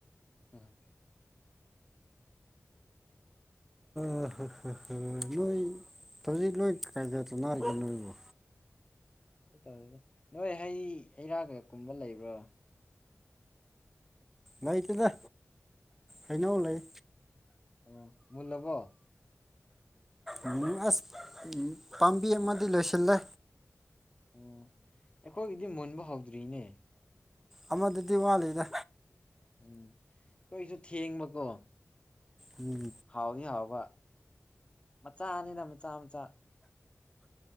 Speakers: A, on the left (about 20°); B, in the centre.
A: ꯎꯍꯝ <inaudible>
B: ꯍ ꯍ ꯍ ꯍ ꯅꯣꯏ ꯍꯧꯖꯤꯛ ꯅꯣꯏ ꯀꯩꯀꯩ ꯇꯧꯅꯥꯔꯤꯒꯦ ꯅꯣꯏꯕꯨ
A: <unintelligible> ꯅꯣꯏ ꯍꯩ ꯍꯩꯔꯥꯒ ꯀꯨꯝꯕ ꯂꯩꯕ꯭ꯔꯣ
B: ꯂꯩꯇꯦꯗ ꯍꯩꯅꯧ ꯂꯩ
A: ꯑꯣ ꯃꯨꯜꯂꯕꯣ
B: ꯎꯝ ꯑꯁ ꯎꯝ ꯄꯥꯝꯕꯤ ꯑꯃꯗꯤ ꯂꯣꯏꯁꯤꯜꯂꯦ
A: ꯎꯝ ꯑꯩꯈꯣꯏꯒꯤꯗꯤ ꯃꯨꯟꯕ ꯍꯧꯗ꯭ꯔꯤꯅꯦ
B: ꯑꯃꯗꯨꯗꯤ ꯋꯥꯠꯂꯤꯗ
A: ꯎꯝ ꯈꯣꯏꯁꯨ ꯊꯦꯡꯕꯀꯣ
B: ꯎꯝ
A: ꯍꯥꯎꯗꯤ ꯍꯥꯎꯕ ꯃꯆꯥꯅꯤꯗ ꯃꯆꯥ ꯃꯆꯥ